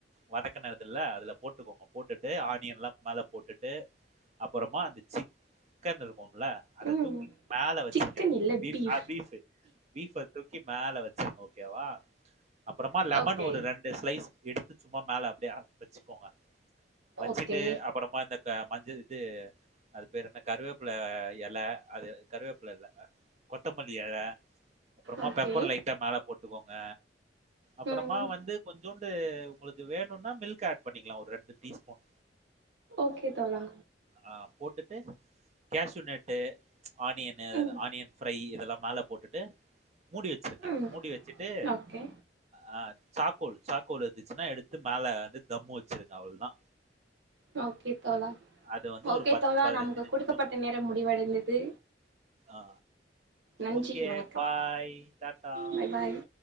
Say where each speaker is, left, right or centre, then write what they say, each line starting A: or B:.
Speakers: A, on the right; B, on the right.
A: வதக்கு னதுல அதுல போட்டுக்கோங்க போட்டுட்டு ஆனியன் லா மேல போட்டுட்டு அப்பறமா அந்த சிக்கன் இருக்கும்ல அத
B: ம்
A: தூக்கி மேல வச்சுருங்க
B: சிக்கன் இல்ல
A: பீஃ
B: பீஃப்
A: ஆ பீஃபு பீஃப் மேல வச்சுர்னு ஓகேவா அப்பறமா லெமன்
B: ஓகே
A: ஒரு ரெண்டு ஸ்லைஸ் எடுத்து சும்மா மேல அப்டியெ வச்சுக்கோங்க வச்சுட்டு
B: ஓகே
A: அப்பறமா இந்த மஞ்சள் இது அது பேர் என்ன கருவேப்ல எல அது கருவேப்ல இல்ல கொத்தமல்லி எல அப்புறமா
B: ஓகே
A: பெப்பர் லைட்டா மேல போட்டுக்கோங்க அப்புறமா
B: ம்
A: வந்து கொஞ்சோண்டு உங்களுக்கு வேணுனா மில்க் ஆட் பண்ணிக்லா ஒரு ரெண்டு டீஸ்பூன்
B: ஓகே தோழா
A: ஆ போட்டுட்டு கேஸுநட்டு ஆனியனு
B: ம்
A: ஆனியன் இதெல்லா மேல போட்டுட்டு மூடி வச்சிருங்க
B: ம்
A: மூடி வச்சிட்டு
B: ஓகே
A: ஆ சாக்கோல் சாக்கோல் இருந்துச்சுன்னா எடுத்து மேல வந்து தம்மு வச்சிருங்க அவ்வுள்தா
B: ஓகே தோழா
A: அது வந்து
B: ஓகே
A: ஒரு
B: தோழா நமக்கு
A: நிமிஷம்.
B: குடுக்கப்பட்ட நேரம் முடிவடைந்தது
A: ஆ
B: நன்றி
A: ஓகே
B: வணக்கம்
A: பாய் டாட்டா
B: பாய் பாய்